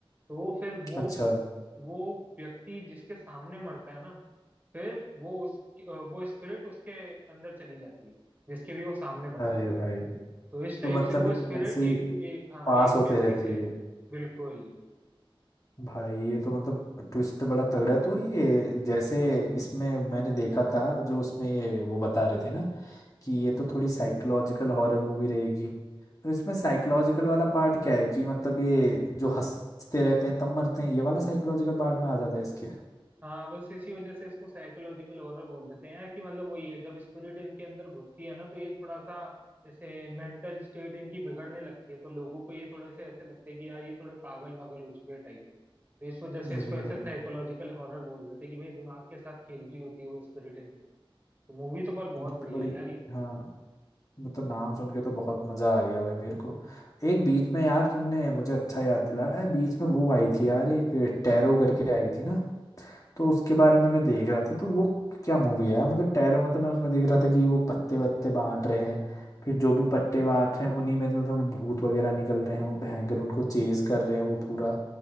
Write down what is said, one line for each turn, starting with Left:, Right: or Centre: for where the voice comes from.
Right: तो वो फिर वो
Left: अच्छा
Right: वो व्यक्ति जिसके सामने मरता है ना फिर वो उस अ, वो स्पिरिट उसके अंदर चली जाती है जिसके भी वो सामने मरा
Left: अरे
Right: है
Left: भाई
Right: तो इस टाइप
Left: तो मतलब
Right: से वो
Left: ये
Right: स्पिरिट
Left: ऐसे ही
Right: एक एक हाँ
Left: पास
Right: एक
Left: होते
Right: व्यक्ति
Left: रहती
Right: से
Left: है
Right: बिल्कुल
Left: भाई ये तो मतलब ट्विस्ट बड़ा तगड़ा है। तो ये जैसे इसमें मैंने देखा था जो उसमें ये वो बता रहे थे ना कि ये तो थोड़ी साइकोलॉजिकल हॉरर मूवी रहेगी तो इसमें साइकोलॉजिकल वाला पार्ट क्या है कि मतलब ये जो हंसते रहते हैं तब मरते हैं ये वाला साइकोलॉजिकल पार्ट में आ जाता है इसके
Right: हाँ बस इसी वजह से इसको साइकोलॉजिकल हॉरर बोल देते हैं यार कि मतलब वही है जब स्पिरिट इनके अंदर घुसती है ना तो ये थोड़ा सा जैसे मेंटल स्टेट इनकी बिगड़ने लगती है तो लोगों को ये थोड़े से ऐसे लगते हैं कि यार ये थोड़े पागल वागल हो चुके हैं टाइप तो इस वजह से
Left: अरे
Right: इसको ऐसे
Left: भाई
Right: साइकोलॉजिकल हॉरर बोल देते हैं कि भाई दिमाग के साथ खेल रही होती है वो स्पिरिट इनके तो मूवी तो पर बहुत
Left: ये
Right: बढ़िया
Left: तो बड़ी
Right: है यार ये
Left: हाँ वो तो नाम सुन के तो बहुत मजा आ गया भाई मेरे को एक बीच में यार तुमने मुझे अच्छा याद दिलाया बीच में वो आई थी यार एक टेरो करके आई थी ना तो उसके बारे में मैं देख रहा था तो वो क्या मूवी है यार, मतलब टैरो मतलब मैं उसमें देख रहा था कि वो पत्ते वत्ते बांट रहे हैं फिर जो भी पत्ते बांट रहे हैं उन्हीं में से मतलब भूत वगैरह निकल रहे हैं वो भयंकर उनको चेज कर रहे हैं वो पूरा